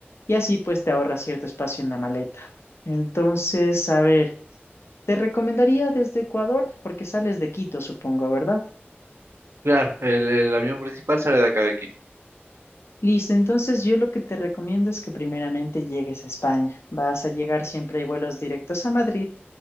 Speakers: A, on the left; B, on the right.
A: y así pues te ahorras cierto espacio en la maleta. Entonces, a ver, te recomendaría desde Ecuador, porque sales de Quito, supongo, ¿verdad?
B: Claro, el, el avión principal sale de acá de Quito.
A: Listo, entonces yo lo que te recomiendo es que primeramente llegues a España. Vas a llegar siempre hay vuelos directos a Madrid.